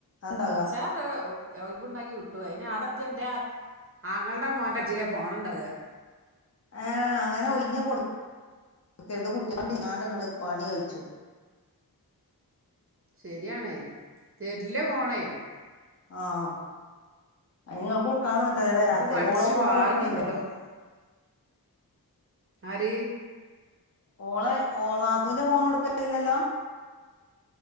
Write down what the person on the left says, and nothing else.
അത്ണ്ടാക
ഏഹ് അങ്ങനെ ഒഴിഞ്ഞ് <unintelligible> ഇങ്ങട് പണി കഴിച്ചു
ആഹ് <unintelligible> വരാത്ത
ഓളോ ഫോണോ
കൊടുക്കണില്ലോ
ഓളെ ഓ നാത്തൂന്റെ ഫോൺ കൊടുക്കല്ലല്ലോ